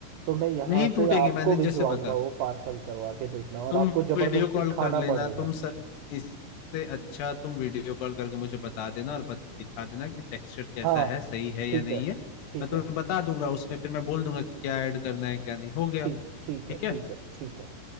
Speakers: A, on the right; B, on the left.
A: तो मैं यहाँ
B: नहीं
A: से
B: टूटेंगे
A: आपको
B: मैंने
A: भिजवाऊंगा
B: जैसे बता
A: वो पार्सल करवा के देखना और
B: तुम
A: आपको जबरदस्ती
B: वीडियो कॉल
A: खाना
B: कर लेना
A: पड़ेगा
B: तुम स... इससे अच्छा तुम वीडियो कॉल करके मुझे बता देना और बत, दिखा देना कि टेक्सचर कैसा
A: हाँ
B: है सही है
A: ठीक
B: या नहीं
A: है
B: है
A: ठीक
B: मैं तुम्हें
A: है
B: बता दूंगा उसमें फिर मैं बोल दूंगा कि क्या ऐड करना है क्या नहीं हो गया
A: ठीक ठीक
B: ठीक
A: है
B: है
A: ठीक है ठीक है